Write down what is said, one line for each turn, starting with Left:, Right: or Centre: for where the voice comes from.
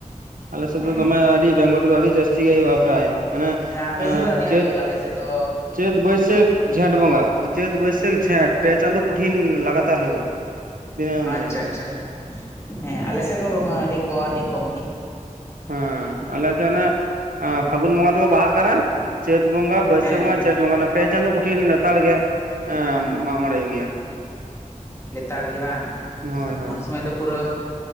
Right: ᱟᱞᱮ ᱥᱮᱫ
Left: ᱦᱮᱸ
Right: ᱫᱚ ᱫᱚᱢᱮ ᱟᱹᱰᱤ ᱵᱮᱝᱜᱚᱞ ᱨᱮᱫᱚ ᱟᱹᱰᱤ ᱡᱟᱹᱥᱛᱤ ᱜᱮ ᱦᱩᱭᱩᱜᱼᱟ, ᱯᱨᱟᱭ᱾ ᱚᱱᱮ
Left: ᱦᱮᱸ ᱟᱯᱮ
Right: ᱮ
Left: ᱥᱮᱫ ᱫᱚ ᱟᱹᱰᱤ ᱟᱸᱴ
Right: ᱪᱟᱹᱛᱼᱼ
Left: ᱦᱩᱭᱩᱜᱼᱟ ᱟᱞᱮ ᱥᱮᱫ ᱫᱚᱼᱼ
Right: ᱪᱟᱹᱛ ᱵᱟᱹᱭᱥᱟᱹᱠᱷ ᱡᱷᱮᱸᱴ ᱵᱚᱸᱜᱟ, ᱪᱟᱹᱛ ᱵᱟᱹᱭᱥᱟᱹᱠᱷ ᱡᱷᱮᱸᱴ ᱯᱮ ᱪᱟᱸᱫᱳ ᱠᱩᱴᱷᱤᱱ ᱞᱟᱜᱟᱛᱟᱨ ᱦᱩᱭᱩᱜᱼᱟ᱾ ᱫᱤᱱᱟᱹᱢ
Left: ᱟᱪᱪᱷᱟ
Right: ᱜᱮ
Left: ᱟᱪᱪᱷᱟ, ᱦᱮᱸ ᱟᱞᱮᱥᱮᱫ ᱫᱚ ᱵᱟᱝ ᱟᱹᱰᱤ ᱠᱚ ᱟᱹᱰᱤ ᱠᱚᱢ ᱜᱮ᱾
Right: ᱦᱮᱸ ᱟᱞᱮᱥᱮᱱᱟ ᱯᱷᱟᱹᱜᱩᱱ ᱵᱚᱸᱜᱟ ᱫᱚᱠᱚ ᱵᱟᱦᱟᱜ ᱠᱟᱱᱟ ᱪᱟᱹᱛ ᱵᱚᱸᱜᱟ ᱵᱟᱹᱭᱥᱟᱹᱠᱷ
Left: ᱦᱮᱸ
Right: ᱵᱚᱸᱜᱟᱼᱼ ᱡᱷᱮᱴ ᱵᱚᱸᱜᱟ ᱚᱱᱟ ᱯᱮ ᱪᱟᱸᱫᱚ ᱠᱩᱴᱷᱤᱱ ᱞᱮᱛᱟᱲ ᱜᱮ ᱢᱟᱜᱽ ᱢᱚᱬᱮ ᱦᱩᱭᱩᱜ ᱜᱮᱭᱟ᱾
Left: ᱞᱮᱛᱟᱲ ᱜᱮ ᱵᱟᱝ
Right: ᱦᱳᱭ ᱦᱳᱭ
Left: ᱩᱱ ᱥᱚᱢᱚᱭ ᱫᱚ ᱯᱩᱨᱟᱹ